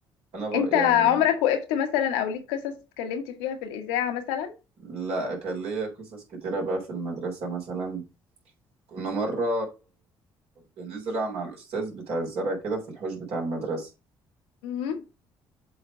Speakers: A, on the right; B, on the left.
A: انا بقى
B: انت
A: يعني
B: عمرك وقفت مثلا او ليك قصص اتكلمت فيها في الاذاعة مثلا
A: لا كان ليا قصص كتيرة بقى في المدرسة مثلا كنا مرة بنزرع مع الأستاذ بتاع الزرع كده في الحوش بتاع المدرسة
B: امم